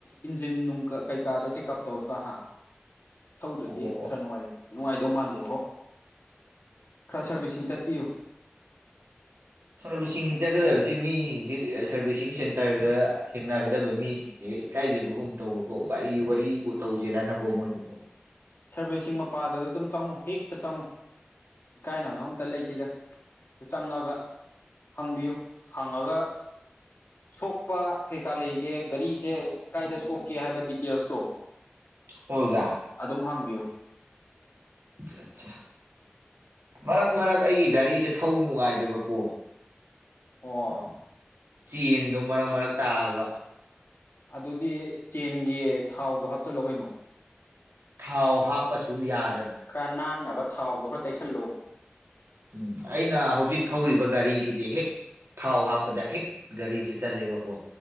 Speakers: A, on the left; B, on the right.
A: ꯏꯟꯖꯤꯟ ꯅꯨꯡ ꯀꯩꯀꯥꯗꯣ ꯆꯦꯀꯞ ꯇꯧꯔꯒ ꯍꯥ
B: <inaudible>
A: ꯊꯧꯗ꯭ꯔꯥꯗꯤ
B: ꯑꯣ
A: ꯈꯔ
B: ꯑꯣ
A: ꯅꯨꯡꯉꯥꯏ ꯅꯨꯡꯉꯥꯏꯗꯧ ꯃꯥꯟꯗꯦꯕꯣ ꯈꯔ ꯁꯔꯚꯤꯁꯤꯡ ꯆꯠꯄꯤꯌꯨ
B: ꯁꯔꯚꯤꯁꯤꯡ ꯆꯠꯀꯗꯕꯁꯤ ꯃꯤꯁꯤꯡꯖꯦ ꯁꯔꯚꯤꯁꯤꯡ ꯁꯦꯟꯇꯔꯗ ꯊꯦꯡꯅꯒꯗꯕ ꯃꯤꯁꯤꯡꯁꯦ ꯑꯦ ꯏꯀꯥꯏꯖꯕꯒꯨꯝ ꯇꯧꯕꯀꯣ ꯀꯔꯤ ꯋꯥꯔꯤ ꯇꯧꯖꯦꯔꯅꯀꯣ ꯃꯣꯏꯕꯨꯀꯣ
A: ꯁꯔꯚꯤꯁꯁꯤꯡ ꯃꯄꯥꯗꯗ ꯑꯗꯨꯝ ꯆꯪꯉꯨ ꯍꯦꯛꯇ ꯆꯪꯉꯨ ꯏꯀꯥꯏꯅꯕꯒ ꯑꯝꯇ ꯂꯩꯇꯦꯗ ꯑꯗꯨ ꯆꯪꯉꯒ ꯍꯪꯕꯤꯌꯨ ꯍꯪꯉꯒ ꯁꯣꯛꯄ ꯀꯩꯀꯥ ꯂꯩꯒꯦ ꯒꯥꯔꯤꯁꯦ ꯀꯥꯏꯗ ꯁꯣꯛꯀꯦ ꯍꯥꯏꯕ ꯗꯤꯇꯦꯜꯁꯇꯣ
B: ꯍꯣꯏ ꯑꯣꯖꯥ
A: ꯑꯗꯨꯝ ꯍꯪꯕꯤꯌꯨ
B: ꯑꯆꯥ ꯑꯆꯥ ꯃꯔꯛ ꯃꯔꯛ ꯑꯩꯒꯤ ꯒꯥꯔꯤꯁꯦ ꯊꯧ ꯅꯨꯡꯉꯥꯏꯗꯕꯀꯣ
A: ꯑꯣ
B: ꯆꯦꯟꯗꯣ ꯃꯔꯛ ꯃꯔꯛ ꯇꯥꯕ
A: ꯑꯗꯨꯗꯤ ꯆꯦꯟꯒꯤ ꯊꯥꯎꯗꯣ ꯍꯥꯞꯆꯜꯂꯣ ꯀꯩꯅꯣ
B: ꯊꯥꯎ ꯍꯥꯞꯄꯁꯨ ꯌꯥ
A: ꯈꯔ ꯅꯥꯟꯅꯕ ꯊꯥꯎꯗꯣ ꯈꯔ ꯇꯩꯁꯜꯂꯣ
B: ꯎꯝ ꯑꯩꯅ ꯍꯧꯖꯤꯛ ꯊꯧꯔꯤꯕ ꯒꯥꯔꯤ ꯁꯤꯗꯤ ꯍꯦꯛ ꯊꯥꯎ ꯍꯥꯞꯄꯗ ꯍꯦꯛ ꯒꯥꯔꯤꯁꯦ ꯆꯠꯂꯦꯕꯀꯣ